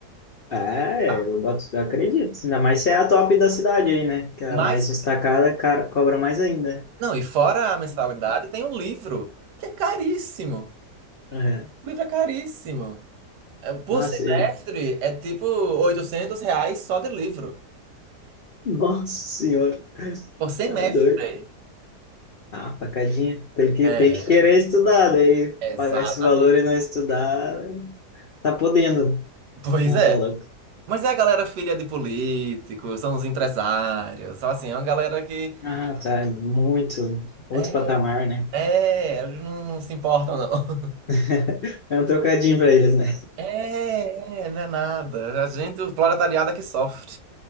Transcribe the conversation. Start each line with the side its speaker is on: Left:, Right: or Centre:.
Left: É,
Right: tá?
Left: eu boto, eu acredito. Ainda mais se é a top da cidade aí, né? Que é
Right: Mas,
Left: a mais destacada, cara, cobra mais ainda.
Right: não, e fora a mensalidade, tem um livro, que é caríssimo.
Left: É.
Right: O livro é caríssimo. É, Por
Left: Nossa,
Right: semestre
Left: e...
Right: é tipo 800 reais só de livro.
Left: Nossa senhora,
Right: Por semestre.
Left: tá doido. Ah, facadinha. Tem que,
Right: É,
Left: tem que querer estudar, daí
Right: exatamente.
Left: pagar esse valor e não estudar, tá podendo.
Right: Pois
Left: Não,
Right: é.
Left: tá louco.
Right: Mas é a galera filha de políticos, são os empresários, são assim, é uma galera que.
Left: Ah, tá, muito. Outro
Right: É,
Left: patamar, né?
Right: é, eles não se importam, não. <laughs>
Left: <laughs> É um trocadinho pra eles, né?
Right: É, é, não é nada. A gente, o proletariado é que sofre.